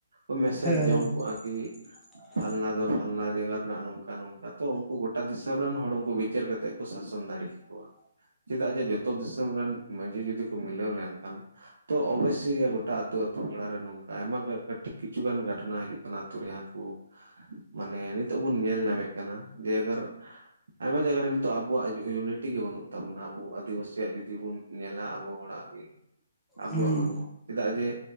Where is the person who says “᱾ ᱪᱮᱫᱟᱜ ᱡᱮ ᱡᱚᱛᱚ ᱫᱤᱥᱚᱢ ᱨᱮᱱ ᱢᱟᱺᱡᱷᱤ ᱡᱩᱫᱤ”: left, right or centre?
Right